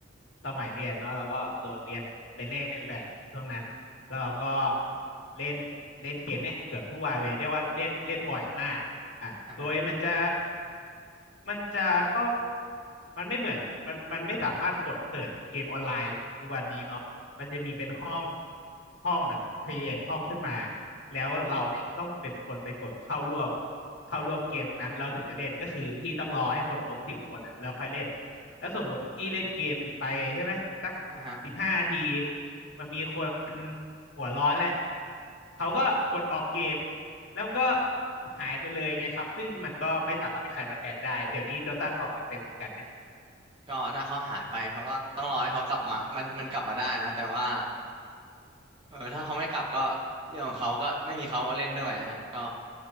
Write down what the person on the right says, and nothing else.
อ่าฮะ
อ่าฮะ
ก็ถ้าเขาหายไปเขาก็ต้องรอให้เขากลับมามันมันกลับมาได้นะแต่ว่าเออถ้าเขาไม่กลับก็เรื่องของเขาก็ไม่มีเขาเล่นด้วยอะฮะก็